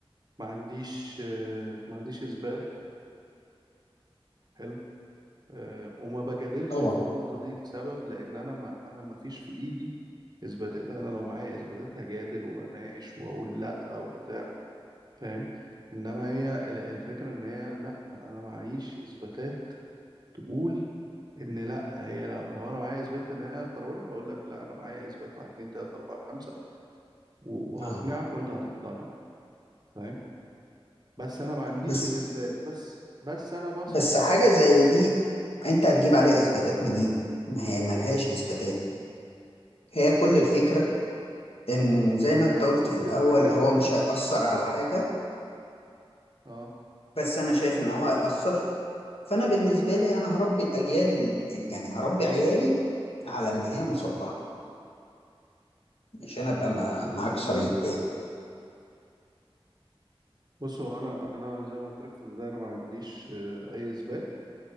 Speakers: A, on the right; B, on the left.
A: ما عنديش آه، ما عنديش إثبات حلو آه، وما بجادلش
B: اه
A: في النقطة دي لسبب لأن أنا ما أنا ما فيش في إيدي اثباتات انا لو معايا اثباتات هجادل واناقش واقول لا وبتاع فاهم انما هي ال- الفكره ان هي لا ما انا معيش اثباتات تقول ان لا هي لو, لو انا معايا اثبات ان هي كرويه هقول لك لا انا معايا اثبات واحد اتنين تلاته اربعه خمسه و- وهقنعك
B: اه
A: وانت هتقتنع فاهم بس انا ما عنديش
B: بس
A: الاثبات بس بس انا بثق
B: بس حاجه زي دي انت هتجيب عليها اثباتات منين ما هي ملهاش اثباتات هي كل الفكره ان زي ما انت
A: لا
B: قلت
A: ممكن
B: في الاول
A: ترجع
B: هو
A: لواحد
B: مش هيأثر
A: زي
B: على حاجه
A: اه
B: بس انا شايف ان هو هيأثر فانا بالنسبه لي انا هربي الاجيال ال- يعني هربي عيالي على ان هي مسطحه عشان ابقى ما- معاك صريح
A: امم
B: يعني
A: بصوا انا انا زي ما قلت لك في البدايه انا ما عنديش آه، اي اثبات